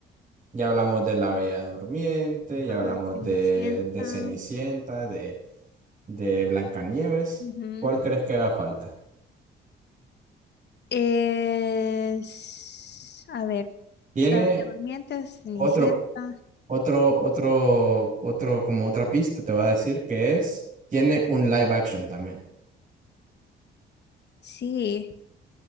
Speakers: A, on the right (about 40°); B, on the left (about 60°).
A: Ya hablamos de la Bella Durmiente,
B: ajá,
A: ya hablamos
B: cenicienta.
A: de, de Cenicienta, de, de Blancanieves.
B: Ujú.
A: ¿Cuál crees que haga falta?
B: Es, a ver,
A: Tiene
B: la Bella Durmiente, Cenicienta.
A: otro, otro, otro, otro, como otra pista, te voy a decir que es, tiene un live action también.
B: Sí,